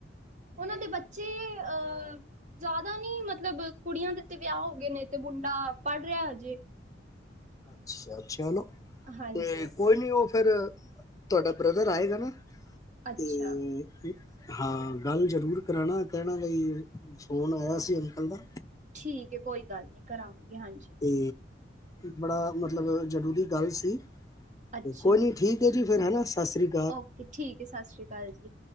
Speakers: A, on the right; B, on the left.
A: ਉਹਨਾਂ ਦੇ ਬੱਚੇ ਅਹ ਜ਼ਿਆਦਾ ਨੀ ਮਤਲਬ ਕੁੜੀਆਂ ਦੇ ਤੇ ਵਿਆਹ ਹੋ ਗਏ ਨੇ ਤੇ ਮੁੰਡਾ ਪੜ ਰਿਹਾ ਹਜੇ
B: ਅੱਛਾ ਅੱਛਾ ਹਨ ਨਾ
A: ਹਾਂਜੀ
B: ਤੇ ਕੋਈ ਨਹੀਂ ਉਹ ਫੇਰ ਤੁਹਾਡਾ ਬ੍ਰਦਰ ਆਏਗਾ ਨਾ
A: ਅੱਛਾ
B: ਤੇ, ਹਾਂ ਗੱਲ ਜ਼ਰੂਰ ਕਰਾਉਣਾ, ਕਹਿਣਾ ਬਈ ਫੋਨ ਆਇਆ ਸੀ ਅੰਕਲ ਦਾ
A: ਠੀਕ ਹੈ, ਕੋਈ ਗੱਲ ਨੀ ਕਰਾਾਂਗੇ ਹਾਂਜੀ।
B: ਕੀ, ਬੜਾ ਮਤਲਬ ਜਰੂਰੀ ਗੱਲ ਸੀ,
A: ਅੱਛਾ
B: ਤੇ ਕੋਈ ਨੀ ਠੀਕ ਹੈ ਜੀ ਫੇਰ ਹਨਾ ਸਤਿ ਸ੍ਰੀ ਅਕਾਲ,
A: ਓਕੇ ਠੀਕ ਹੈ, ਸਤਿ ਸ਼੍ਰੀ ਅਕਾਲ ਜੀ।